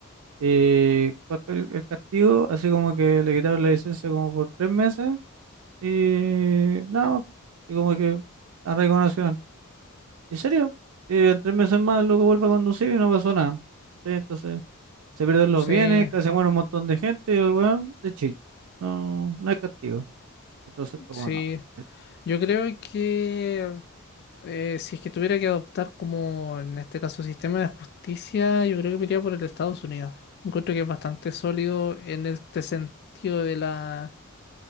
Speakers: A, on the right; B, on the left.
A: Y ¿cuál fue el, el castigo? Así como que le quitaron la licencia como por tres meses y nada más. Y como que arraigo nacional. ¿En serio? Y en tres meses más el loco vuelve a conducir y no pasó nada. ¿cachai? Entonces se pierden los
B: Sí,
A: bienes, casi muere un montón de gente y el weón de Chile. No, no hay castigo. Entonces, como
B: sí.
A: no. es-
B: Yo creo que Eh, si es que tuviera que adoptar como en este caso sistema de justicia, yo creo que me iría por el de Estados Unidos. Encuentro que es bastante sólido en este sentido de la